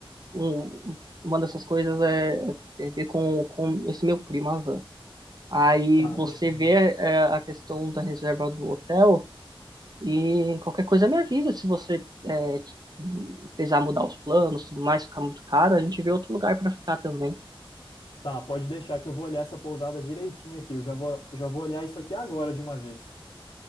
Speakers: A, on the right (about 45°); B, on the left (about 60°).
A: um- uma dessas coisas é, é ver com, com esse meu primo, a Van. Aí
B: Tá,
A: você
B: beleza.
A: vê é, a questão da reserva do hotel e qualquer coisa me avisa se você é, t- precisar mudar os planos, tudo mais, ficar muito caro, a gente vê outro lugar pra ficar também.
B: Tá, pode deixar que eu vou olhar essa pousada direitinho aqui. Eu já vou, já vou olhar isso aqui agora de uma vez.